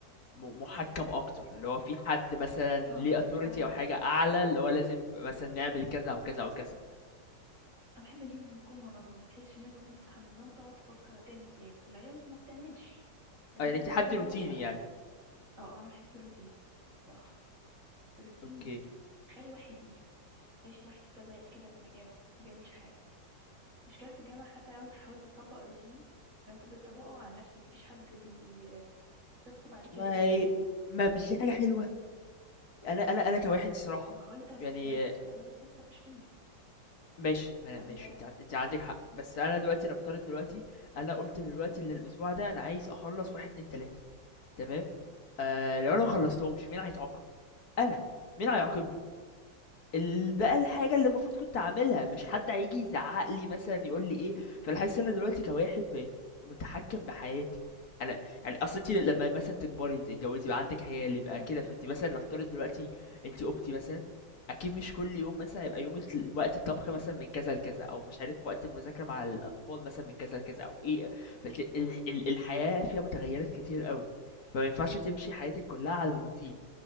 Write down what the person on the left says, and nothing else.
م مُحكّم أكتر، اللي هو في حد مثلًا ليه
authority
أو حاجة أعلى، اللي هو لازم مثلًا نعمل كذا أو كذا أو كذا،
آه يعني أنتِ
حد روتيني
يعني،
أوكي.
ما
هي
ما مش دي حاجة حلوة؟ أنا أنا أنا كواحد الصراحة
يعني
ماشي ما
أنا- ماشي
انت عن- انت عندك حق بس انا دلوقتي نفترض دلوقتي انا قلت دلوقتي ان الاسبوع ده انا عايز اخلص واحد اتنين تلاتة تمام آه لو انا مخلصتهمش مين هيتعاقب انا مين هيعاقبني ال- بقى الحاجة اللي المفروض كنت اعملها مش حد هيجي يزعق لي مثلا يقول لي ايه فانا حاسس ان انا دلوقتي كواحد بقيت متحكم بحياتي انا يعني اصل انت لما مثلا تكبري تتجوزي يبقى عندك عيال يبقى
كده فانت مثلا نفترض دلوقتي انت قمتي مثلا اكيد مش كل يوم مثلا هيبقى يومك ل- وقت الطبخ مثلا من كذا لكذا او مش عارف وقت المذاكرة مع الاطفال مثلا من كذا لكذا او ايه فانت ال- ال- الحياة فيها متغيرات كتير قوي فما ينفعش تمشي حياتك كلها على الروتين